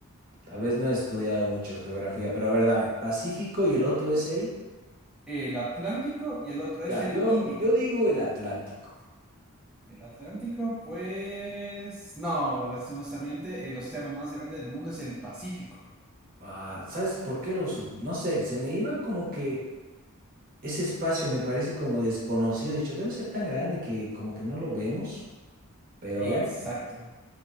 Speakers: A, on the right (about 40°); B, in the centre.
A: Tal vez no he estudiado mucho geografía, pero a ver, dame, Pacífico y el otro es el...
B: El Atlántico y el otro es
A: Ya,
B: el
A: yo,
B: Índico.
A: yo digo el Atlántico.
B: El Atlántico, pues no, lastimosamente, el océano más grande del mundo es el Pacífico.
A: Ah, ¿sabes por qué lo sub? No sé, se me iba como que ese espacio me parece como desconocido. He Dicho, debe ser tan grande que como que no lo vemos, pero
B: Exacto.
A: bueno.